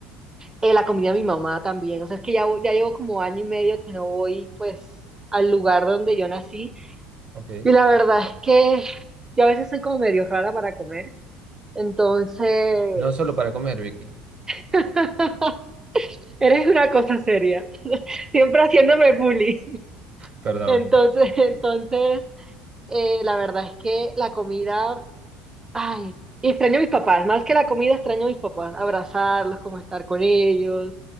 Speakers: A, on the right (about 15°); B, on the right (about 35°).
A: eh, la comida de mi mamá también. O sea, es que ya, voy- ya llevo como año y medio que no voy, pues, al lugar donde yo nací.
B: Ok.
A: Y la verdad es que yo a veces soy como medio rara para comer. Entonces,
B: No solo para comer, Vicky.
A: <laughs> eres una cosa seria. Siempre haciéndome bullying. <laughs>
B: Perdón.
A: Entonces, entonces, eh, la verdad es que la comida Ay, y extraño a mis papás, más que la comida, extraño a mis papás, abrazarlos, como estar con ellos.